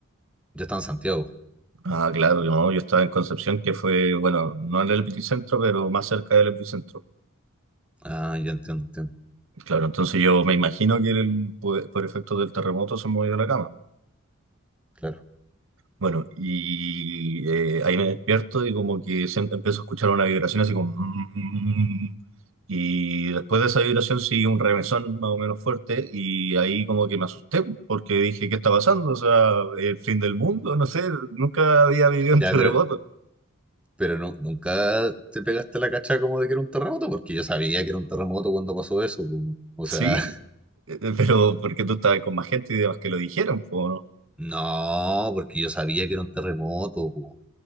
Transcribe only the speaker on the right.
Ah, claro, yo, yo estaba en Concepción, que fue, bueno, no en el epicentro, pero más cerca del epicentro.
Claro, entonces yo me imagino que el- por, por efectos del terremoto se movió la cama.
Bueno, y eh, ahí me despierto y como que siento- empiezo a escuchar una vibración así como... "Mm". Y después de esa vibración sigue un remesón más o menos fuerte y ahí como que me asusté porque dije, ¿qué está pasando? O sea, el fin del mundo, no sé, nunca había vivido un
terremoto.
Sí,
eh, pero porque tú estabas con más gente y demás que lo dijeron, pues, ¿no?